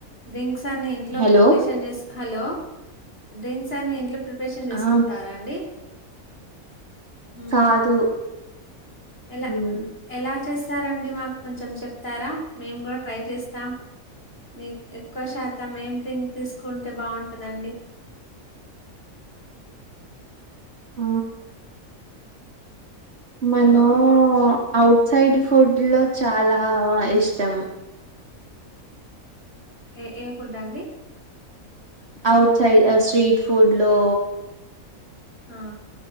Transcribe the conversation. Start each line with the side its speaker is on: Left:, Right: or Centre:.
Left: డ్రింక్స్ అన్ని ఇంట్లో
Right: హలో
Left: ప్రిపరేషన్ చేసు హలో డ్రింక్స్ అన్ని ఇంట్లో ప్రిపరేషన్ చేసుకుంటారా
Right: ఆ
Left: అండి హ
Right: కాదు
Left: ఎలా
Right: మ్,
Left: ఎలా చేస్తారండి మాకు కొంచెం చెప్తారా మేము కూడా ట్రై చేస్తాం మీ ఎక్కువ శాతం ఏం డ్రింక్ తీసుకుంటే బాగుంటదండి
Right: ఆ మనం
Left: హలో!
Right: ఔట్ సైడ్ ఫుడ్ లో చాలా ఇష్టం
Left: ఏ ఏ ఫుడ్ అండి
Right: ఔట్ సైడ్ ఆ స్ట్రీట్ ఫుడ్ లో
Left: ఆ